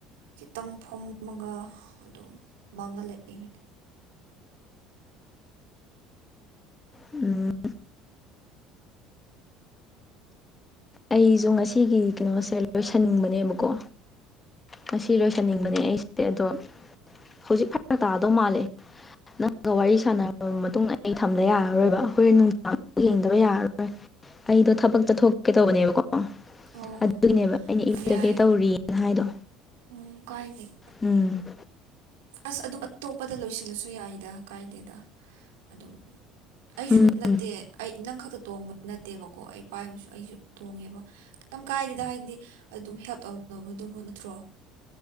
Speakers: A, on the right (about 65°); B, on the left (about 20°).
A: ꯈꯤꯇꯪ ꯐꯝꯃꯒ ꯑꯗꯨꯝ ꯃꯥꯡꯉ ꯂꯩꯕꯅꯤ
B: ꯎꯝ ꯑꯩꯁꯨ ꯉꯁꯤꯒꯤ ꯀꯩꯅꯣꯁꯦ ꯂꯣꯏꯁꯟꯅꯤꯡꯕꯅꯦꯕꯀꯣ ꯉꯁꯤ ꯂꯣꯏꯁꯟꯅꯤꯡꯕꯅꯦ ꯑꯩꯁꯦ ꯑꯗꯣ ꯍꯧꯖꯤꯛ ꯐꯔ ꯇꯥꯗꯧ ꯃꯥꯜꯂꯦ ꯅꯪꯒ ꯋꯥꯔꯤ ꯁꯥꯟꯅꯔꯕ ꯃꯇꯨꯡ ꯑꯩ ꯊꯝꯗ ꯌꯥꯔꯔꯣꯏꯕ ꯍꯈꯣꯏ ꯅꯨꯡꯊꯥ ꯌꯦꯡꯗꯕ ꯌꯥꯔꯔꯣꯏ ꯑꯩꯗꯣ ꯊꯕꯛ ꯆꯠꯊꯣꯛꯀꯦ ꯇꯧꯕꯅꯦꯕꯀꯣ
A: ꯑꯣ
B: ꯑꯗꯨꯒꯤꯅꯦꯕ
A: ꯑꯣ
B: ꯑꯩꯅ ꯏꯔꯨꯗꯒꯦ
A: ꯌꯥꯏ
B: ꯇꯧꯔꯤꯅ ꯍꯥꯏꯗꯣ
A: ꯎꯝ ꯀꯥꯏꯗꯒꯤꯦ
B: ꯎꯝ
A: ꯑꯁ ꯑꯗꯨꯝ ꯑꯇꯣꯞꯄꯗ ꯂꯣꯏꯁꯤꯜꯂꯁꯨ ꯌꯥꯏꯗ ꯀꯥꯏꯗꯦꯗ ꯑꯗꯨꯝ ꯑꯩꯁꯨ
B: ꯎꯝ
A: ꯅꯠꯇꯦ
B: ꯎꯝ
A: ꯑꯩ ꯅꯪ ꯈꯛꯇ ꯇꯣꯡꯕ ꯅꯠꯇꯦꯕꯀꯣ ꯑꯩ ꯄꯥꯏꯕꯁꯨ ꯑꯩꯁꯨ ꯇꯣꯡꯉꯦꯕ ꯀꯔꯝ ꯀꯥꯏꯗꯗ ꯍꯥꯏꯗꯤ ꯑꯗꯨꯝ ꯍꯦꯜꯞ ꯇꯧꯅꯕꯗꯨꯕꯨ ꯅꯠꯇ꯭ꯔꯣ